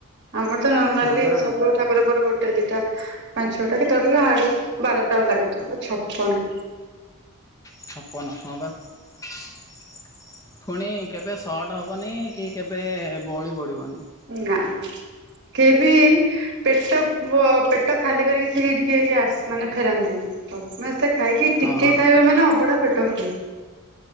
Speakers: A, on the right; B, on the left.
A: ଆମର ତ ନର୍ମାଲି
B: ହଁ ବା
A: ସବୁ ଠାକୁର ପରେ ଗୋଟେ ଦିଟା। ଯୋଉଟା କି ଧରିଲେ ହାଡ ବାରଟା ଲାଗୁଥିବ ଛପନ
B: ଛପନ ହଁ ବା। ଫୁଣି କେବେ ସଟ ହେବନି କି କେବେ ବଳି ପଡ଼ିବନି।
A: ନା କେ ବି ପେଟ ବ୍ ପେଟ ଖାଲି କରିକି ସେ ଟିକେ ଆସ ମାନେ ଫେରନ୍ତିନି। ସମସ୍ତେ ଖାଇକି
B: ହଁ।
A: ଟିକେ ଖାଇବା ମାନେ ଅବଢ଼ା ପେଟ ଫୁଲ।